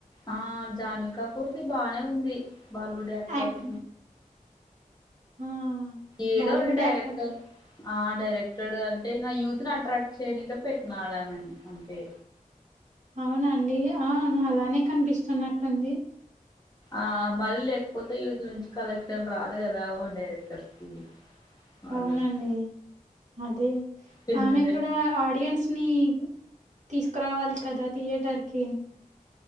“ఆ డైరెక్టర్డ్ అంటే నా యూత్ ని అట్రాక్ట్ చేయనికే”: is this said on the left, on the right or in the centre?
Left